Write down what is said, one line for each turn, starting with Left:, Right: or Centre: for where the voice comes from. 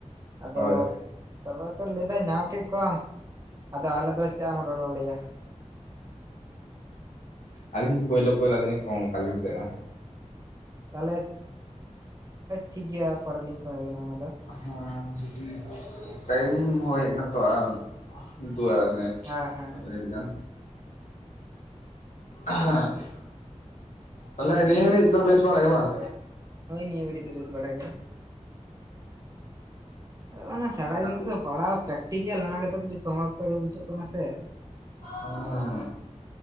Right: ᱟᱫᱚ
Left: ᱦᱳᱭ
Right: ᱛᱚᱵᱮ ᱠᱚ ᱞᱟᱹᱭ ᱮᱫᱟ ᱧᱟᱢ ᱠᱮᱫ ᱠᱚᱣᱟᱢ᱾ ᱟᱫᱚ ᱟᱞᱮ ᱫᱚ ᱪᱮᱫᱟᱜ ᱮᱢ ᱨᱚᱲ ᱟᱞᱮᱭᱟ᱾
Left: ᱟᱹᱞᱤᱧ ᱯᱳᱭᱞᱳ ᱯᱳᱭᱞᱳ ᱟᱹᱞᱤᱧ ᱦᱚᱸᱠᱚ ᱚᱱᱠᱟ ᱞᱤᱧ ᱛᱟᱦᱮᱸᱫ-ᱟ᱾
Right: ᱛᱟᱦᱚᱞᱮ ᱴᱷᱤᱠᱜᱮᱭᱟ ᱯᱚᱨᱮ ᱞᱤᱧ ᱯᱷᱳᱱ ᱟᱵᱤᱱᱟ ᱚᱱᱟ ᱫᱚ᱾
Left: ᱦᱮᱸ ᱴᱟᱭᱤᱢ ᱦᱳᱭ ᱦᱮᱡ ᱱᱟᱛᱚ ᱟᱨ ᱫᱩ ᱟᱲᱟᱭ ᱢᱤᱱᱤᱴ,
Right: ᱦᱮᱸ ᱦᱮᱸ
Left: ᱢᱤᱫ ᱢᱤᱱᱤᱴ ᱜᱟᱱ <unintelligible> ᱛᱟᱦᱚᱞᱮ ᱱᱤᱭᱟᱹ ᱜᱷᱟᱹᱲᱤᱡ ᱫᱚ ᱵᱮᱥ ᱵᱟᱲᱟ ᱜᱮ ᱵᱟᱝ?
Right: ᱦᱳᱭ ᱱᱤᱭᱟᱹ ᱜᱷᱟᱲᱤᱡ ᱫᱚ ᱵᱮᱥ ᱵᱟᱲᱟ ᱜᱮ᱾ <unintelligible> ᱥᱟᱨᱟ
Left: ᱡᱟᱹᱯᱩᱫ
Right: ᱧᱤᱫᱟᱹ ᱯᱟᱲᱦᱟᱣ ᱯᱮᱠᱴᱤᱠᱮᱞ ᱚᱱᱟ ᱜᱮᱛᱚ ᱠᱟᱹᱴᱤᱡ ᱥᱚᱢᱚᱥᱥᱟ ᱜᱮ ᱵᱩᱡᱷᱟᱹᱜ ᱠᱟᱱᱟ ᱥᱮ᱾
Left: ᱦᱮᱸ